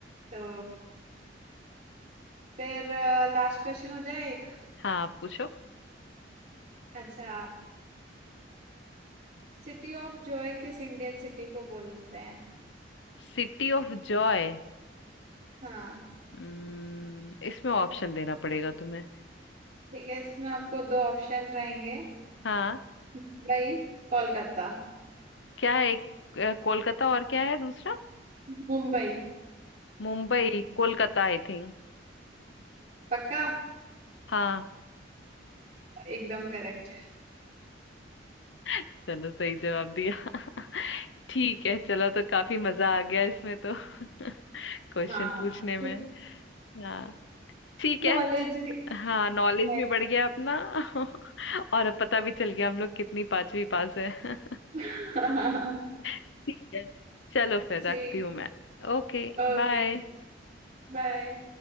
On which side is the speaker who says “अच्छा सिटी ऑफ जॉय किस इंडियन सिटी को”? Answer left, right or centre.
Right